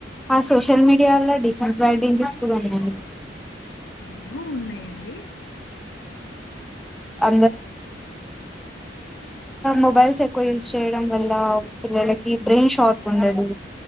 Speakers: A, in the centre; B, on the left.
A: ఆ సోషల్ మీడియా వల్ల డిసడ్వాంటేజెస్ కూడా ఉన్నాయి.
B: అవునా ఉన్నాయ అండి
A: అ మొబైల్స్ ఎక్ కువ యూస్ చేయడం వల్ల పిల్లలకి బ్రెయిన్ షార్ప్ ఉండదు.